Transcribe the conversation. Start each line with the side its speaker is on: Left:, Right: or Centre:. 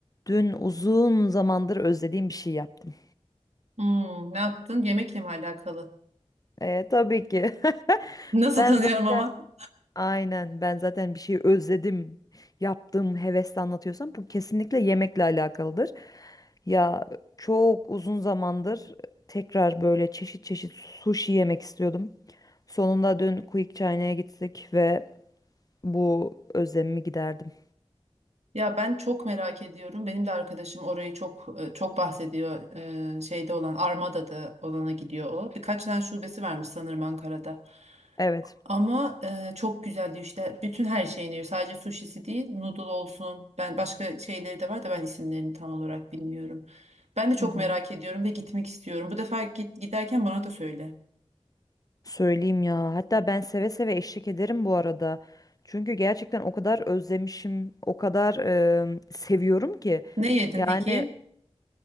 Left: Dün uzun zamandır özlediğim bir şey yaptım.
Right: Hmm, ne yaptın? Yemekle mi alakalı?
Left: E, tabii ki. <laughs>
Right: Nasıl
Left: Ben
Right: tanıyorum
Left: zaten
Right: ama?
Left: aynen ben zaten bir şey özledim. Yaptığım hevesle anlatıyorsam bu kesinlikle yemekle alakalıdır. Ya çok uzun zamandır tekrar böyle çeşit çeşit sushi yemek istiyordum. Sonunda dün Quick China'ya gittik ve bu özlemimi giderdim.
Right: Ya ben çok merak ediyorum. Benim de arkadaşım orayı çok e, çok bahsediyor. Ee, şeyde olan Armada'da olana gidiyor o. Birkaç tane şubesi varmış sanırım Ankara'da.
Left: Evet.
Right: Ama e, çok güzel diyor işte. Bütün her şeyini yiyor. Sadece suşisi değil, noodle olsun. Ben başka şeyleri de var da ben isimlerini tam olarak bilmiyorum. Ben de çok
Left: Hı hı.
Right: merak ediyorum ve gitmek istiyorum. Bu defa git giderken bana da söyle.
Left: Söyleyeyim ya. Hatta ben seve seve eşlik ederim bu arada. Çünkü gerçekten o kadar özlemişim, o kadar e, seviyorum ki.
Right: Ne yedin
Left: Yani
Right: peki?